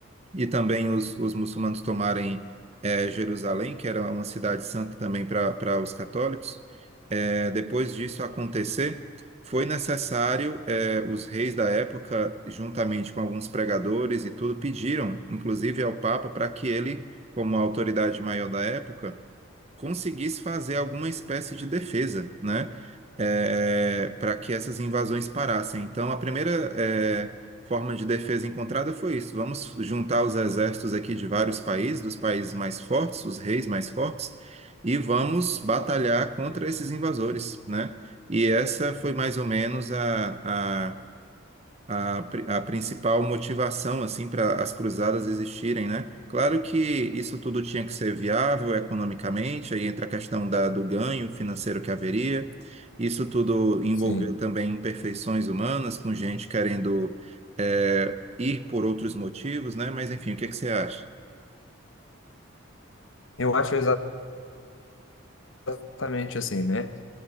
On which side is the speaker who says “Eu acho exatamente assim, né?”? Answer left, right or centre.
Left